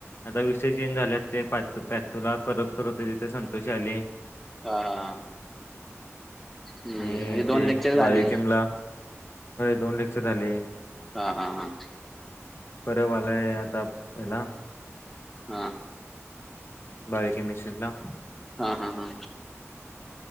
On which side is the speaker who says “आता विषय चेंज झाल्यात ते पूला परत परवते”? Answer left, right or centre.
Left